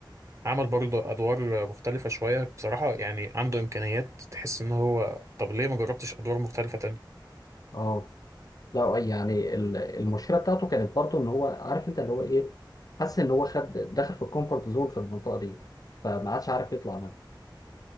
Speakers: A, on the right; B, on the left.
A: عمل برضه ادوار مختلفة شوية بصراحة يعني عنده امكانيات تحس ان هو طب ليه ما جربتش ادوار مختلفة
B: اه لا يعني ال- المشكله بتاعته كانت برضه ان هو عارف انت اللي هو ايه حس ان هو خد دخل في الكومفورت زون في المنطقه دي فما عادش عارف يطلع منها